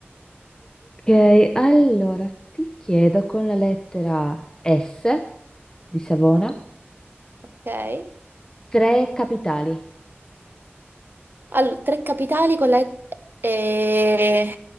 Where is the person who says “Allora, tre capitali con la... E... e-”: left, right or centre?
Right